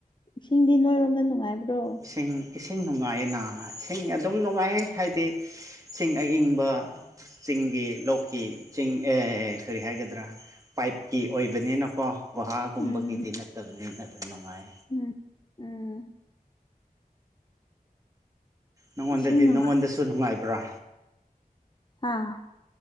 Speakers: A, on the left; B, on the right.
A: ꯏꯁꯤꯡꯗꯤ ꯅꯣꯏꯔꯣꯝꯗ ꯅꯨꯡꯉꯥꯏꯕ꯭ꯔꯣ
B: ꯏꯁꯤꯡ ꯏꯁꯤꯡ ꯅꯨꯡꯉꯥꯏꯌꯦꯅ ꯏꯁꯤꯡ ꯑꯗꯨꯝ ꯅꯨꯡꯉꯥꯏꯌꯦ ꯍꯥꯏꯗꯤ ꯏꯁꯤꯡ ꯑꯌꯪꯕ ꯆꯤꯡꯒꯤ ꯂꯣꯛꯀꯤ ꯆꯤꯡ ꯑꯦ ꯀꯔꯤ ꯍꯥꯏꯒꯗ꯭ꯔꯥ ꯄꯥꯏꯞꯀꯤ ꯑꯣꯏꯕꯅꯤꯅꯀꯣ ꯒꯨꯍꯥꯒꯨꯝꯕꯒꯤꯗꯤ
A: ꯎꯝ
B: ꯅꯠꯇꯕꯅꯤꯅ ꯑꯗꯨꯝ ꯅꯨꯡꯉꯥꯏ
A: ꯎꯝ ꯎꯝ
B: ꯅꯉꯣꯟꯗ
A: ꯏꯁꯤꯡ ꯅꯨꯡꯉꯥꯏ
B: ꯅꯪꯉꯣꯟꯗꯁꯨ ꯅꯨꯡꯉꯥꯏꯕ꯭ꯔꯥ
A: ꯑꯥ